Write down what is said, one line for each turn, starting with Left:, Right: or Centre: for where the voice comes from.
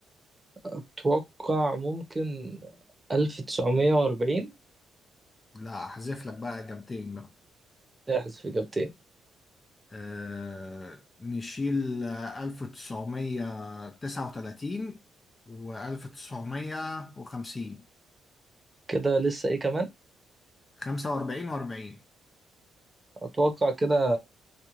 Right: اتوقع ممكن 1940
Left: لا هحذف لك بقى إجابتين بقى
Right: احذف اجابتين
Left: آه... نشيل 1939 و1950
Right: كده لسه ايه كمان
Left: 45 و40
Right: اتوقع كده